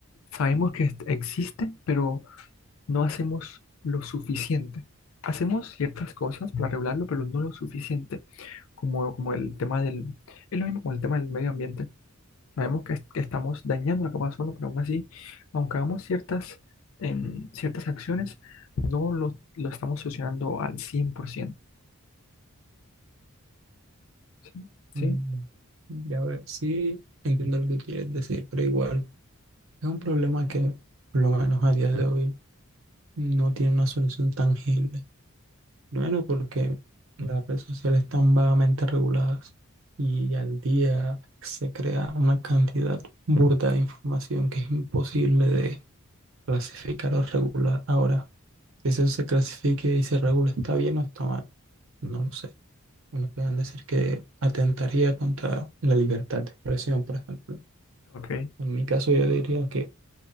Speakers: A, on the left; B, on the right.
A: sabemos que est- existe, pero no hacemos lo suficiente. Hacemos ciertas cosas para regularlo, pero no lo suficiente, como, como el tema del, es lo mismo con el tema del medio ambiente. Sabemos que, que estamos dañando la capa de ozono, pero aún así, aunque hagamos ciertas, em, ciertas acciones, no lo, lo estamos solucionando al cien por ciento ¿Sí?
B: Mm,
A: ¿Sí?
B: Ya ver, sí, entiendo lo que quieres decir, pero igual es un problema que, por lo menos a día de hoy, no tiene una solución tangible. Bueno, porque las redes sociales están vagamente reguladas y al día se crea una cantidad burda de información que es imposible de clasificar o regular. Ahora, que eso se clasifique y se regule está bien o está mal, no lo sé. Unos pueden decir que atentaría contra la libertad de expresión, por ejemplo.
A: Ok.
B: En mi caso yo diría que